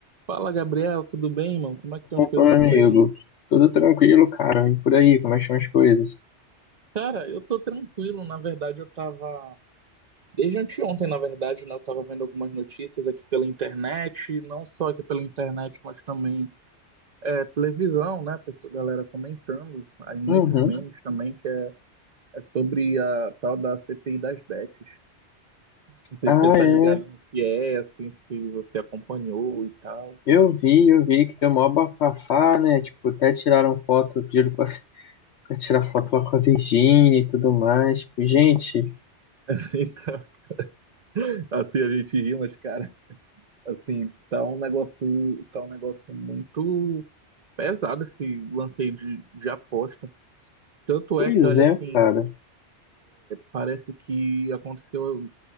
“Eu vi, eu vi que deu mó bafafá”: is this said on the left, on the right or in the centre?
Left